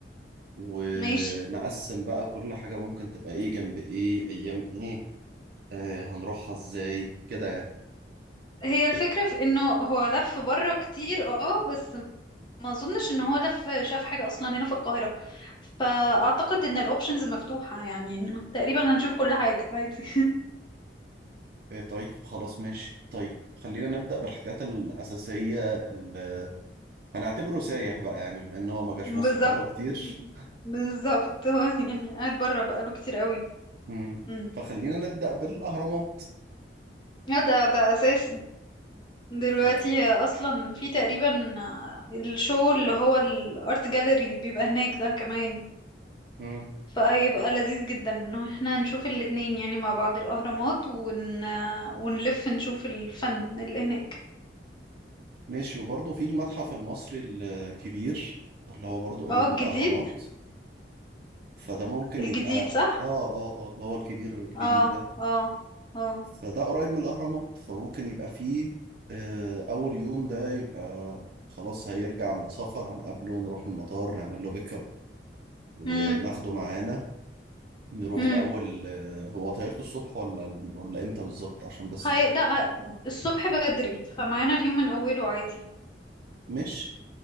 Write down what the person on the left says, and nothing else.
ماشي
هي الفكرة في انه هو لف بره كتير اه بس ما اظنش ان هو لف شاف حاجة اصلا هنا في القاهرة فاعتقد ان الاوبشنز مفتوحة يعني انه تقريبا هنشوف كل حاجة عادي
<laughs>
بالظبط
بالظبط هو يعني قاعد بره بقاله كتير قوي
مم.
اه ده ده اساسي دلوقتي
اصلا في تقريبا الشو اللي هو الارت جاليري اللي بيبقى هناك ده كمان
فيبقى لذيذ جدا انه احنا نشوف الاتنين يعني مع بعض الاهرامات ون... ونلف نشوف الفن اللي هناك
اه الجديد
الجديد
صح
اه
اه اه
امم
امم
هاي
لا الصبح بدري فمعانا اليوم من اوله عادي